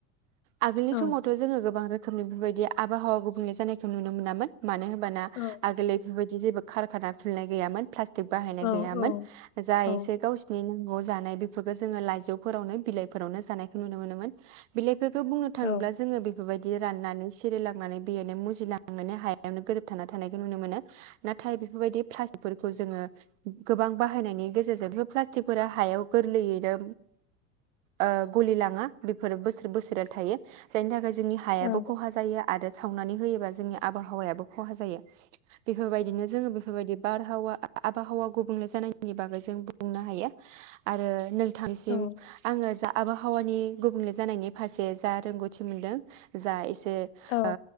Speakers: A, on the right; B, on the left.
A: आगोलनि
B: औ
A: समावथ' जोङो गोबां रो खोमनि बेफोरबायदि आबहावा गुबुंले जानायखौ नुनो मोनामोन। मानो होमबाना
B: औ
A: आगोलै बेफोरबायदि जेबो खारखाना खुलिनाय गैयामोन। प्लास्टिक बाहायनाय
B: औ
A: गैयामोन
B: औ
A: जा
B: औ
A: एसे गावसिनि ग' जानाय बेफोरखौ जोङो लाइजौफोरावनो बिलाइफोरावनो जानायखौ नुनो मोनोमोन। बिलाइ बेखो बुंनो थाङोब्ला
B: औ
A: जोङो बे फोरबायदि राननानै सिरिलांनानै बेनो मुजिलांनोनो हायावनो गोरोबथा थानायखौ नुनो मोनो। नाथाय बे फोरबायदि प्लास <unintelligible> ओ गोबां बाहायनायनि गेजेरजों बेफोर प्लासथिकफोरा हायाव गोरलैयैनो ओ गलिलाङा बेफोर बोसोर बोसोरे थायो जायनि थाखाय जो ङोनि हायाबो
B: औ
A: खहा जायो आ दा सावनानै होयोबा जोंनि आबहावायाबो खहा जायो। बेफोरबायदिनो जोङो बेफोरबायदि बार हावा <unintelligible> आबहावा गुबुंले जानायनि बागै जों बुंनो हायो आरो नों थांसिम
B: औ
A: आङो जा आबहावानि गुबुंले जानायनि फारसे जा रोंगौथि मोनदों जा एसे ए
B: औ
A: ओ